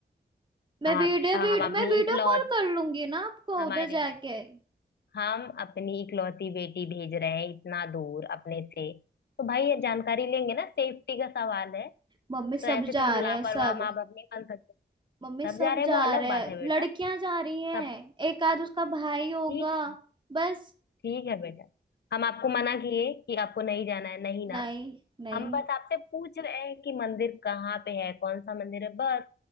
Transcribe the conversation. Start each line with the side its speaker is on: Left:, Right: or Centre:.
Right: मैं
Left: हम
Right: वीडियो
Left: आप हम
Right: वीडियो
Left: अपनी
Right: मैं वीडियो
Left: इकलौत
Right: कॉल कर लूंगी ना आपको
Left: हमारे
Right: उधर जाके
Left: हम अपनी इकलौती बेटी भेज रहे हैं इतना दूर अपने से तो भाई ये जानकारी लेंगे ना सेफ्टी का सवाल है
Right: मम्मी सब
Left: तो ऐसे तो
Right: जा
Left: हम
Right: रहे
Left: लापरवाह
Right: हैं सब
Left: माँ बाप नहीं बन सकते
Right: मम्मी
Left: सब
Right: सब
Left: जा रहे
Right: जा
Left: हैं वो अलग
Right: रहे
Left: बात
Right: हैं
Left: है बेटा
Right: लड़कियां जा रही हैं
Left: सब
Right: एक आध उसका भाई होगा
Left: ठीक
Right: बस
Left: ठीक है बेटा हम आपको मना किए कि आपको नहीं जाना है नहीं ना
Right: नहीं नहीं
Left: हम बस आपसे पूछ रहे हैं कि मंदिर कहाँ पे है कौन सा मंदिर है बस